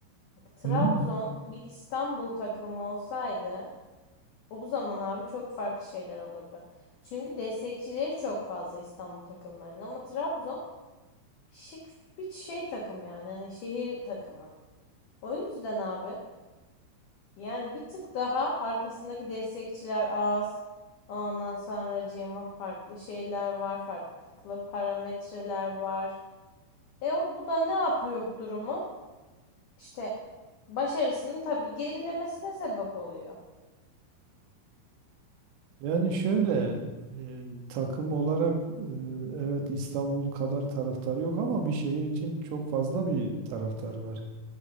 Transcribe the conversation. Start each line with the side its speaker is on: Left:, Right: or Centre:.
Left: bak, Trabzon
Right: Hmm?
Left: bir İstanbul takımı olsaydı o zaman abi çok farklı şeyler olurdu. Çünkü destekçileri çok fazla İstanbul takımlarının ama Trabzon bir şey, küç- bir şey takım yani hani şehir takımı. O yüzden abi yani bir tık daha arkasındaki destekçiler az. Ondan sonracığıma farklı şeyler var, farklı parametreler var. E o, bu da ne yapıyor bu durumu? İşte başarısının tabii gerilemesine sebep oluyor.
Right: Yani şöyle e, takım olarak e, evet İstanbul kadar taraftarı yok ama bir şehir için çok fazla bir taraftarı var.